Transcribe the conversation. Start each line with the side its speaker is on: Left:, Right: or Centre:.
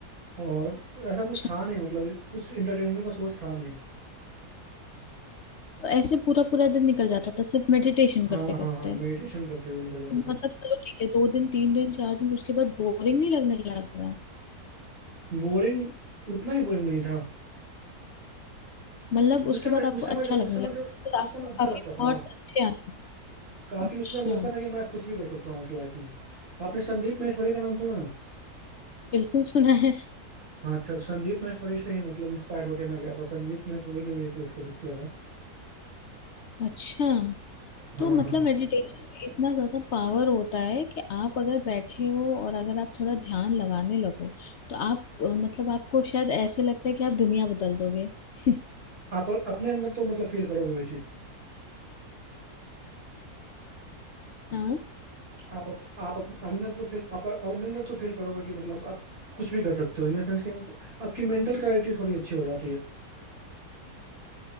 Right: और ऐसा कुछ
Left: अच्छा।
Right: था नहीं मतलब कुछ इंटरटेनमेंट का सोर्स था नहीं
Left: तो ऐसे पूरा पूरा दिन निकल जाता था सिर्फ मेडिटेशन
Right: हाँ
Left: करते करते
Right: हाँ हाँ मेडिटेशन करते हुए निकल जाते
Left: मतलब
Right: थे
Left: चलो ठीक है दो दिन तीन दिन चार दिन उसके बाद बोरिंग नहीं लगने लगा
Right: बोरिंग उतना भी बोरिंग नहीं था
Left: मतलब उसके
Right: उस समय
Left: बाद
Right: उस
Left: आपको
Right: समय
Left: अच्छा
Right: उस
Left: लगने
Right: समय
Left: लगा
Right: जो
Left: तो
Right: उस
Left: आपको
Right: समय अच्छा लगता
Left: काफी थॉट्स
Right: था हाँ
Left: अच्छे आने लगे
Right: काफी
Left: अच्छा
Right: उस समय लगता था कि मैं कुछ भी कर सकता हूँ उस लाइफ में आपने संदीप महेश्वरी का नाम सुना
Left: बिल्कुल सुना है
Right: हाँ अच्छा संदीप महेश्वरी से ही मतलब इंस्पायर होके मैं गया था संदीप महेश्वरी ने भी कुछ कुछ किया था
Left: अच्छा
Right: हाँ
Left: तो मतलब
Right: हाँ
Left: मेडिटेशन में इतना ज्यादा पावर होता है कि आप अगर बैठे हो और अगर आप थोड़ा ध्यान लगाने लगो तो आप अ, मतलब आपको शायद ऐसे लगता है कि आप दुनिया बदल दोगे <laughs>
Right: आप अपने अंदर तो मतलब फील करोगे वो चीज़
Left: हाँ
Right: आप अप, आप अप, अंदर तो फील आप अपने अंदर तो फील करोगे कि मतलब आप कुछ भी कर सकते हो इन द सेंस कि आपकी मेंटल क्लैरिटी थोड़ी अच्छी हो जाती है